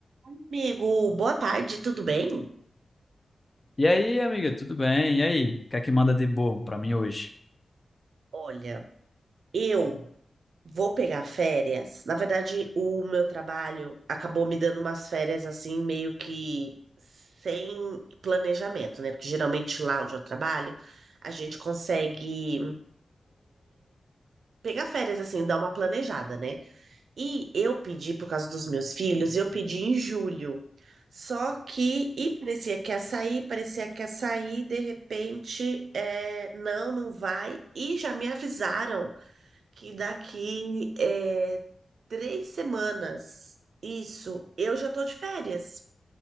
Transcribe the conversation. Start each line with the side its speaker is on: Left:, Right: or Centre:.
Right: Amigo, boa tarde, tudo bem?
Left: E aí, amiga, tudo bem? E aí, o que é que manda de bom pra mim hoje?
Right: Olha, eu vou pegar férias. Na verdade, o meu trabalho acabou me dando umas férias assim, meio que sem planejamento, né? Porque geralmente lá onde eu trabalho, a gente consegue pegar férias assim, dar uma planejada, né? E eu pedi, por causa dos meus filhos, eu pedi em julho. Só que, e parecia que ia sair, parecia que ia sair, de repente, é, não, não vai. E já me avisaram que daqui é, três semanas, isso, eu já tô de férias.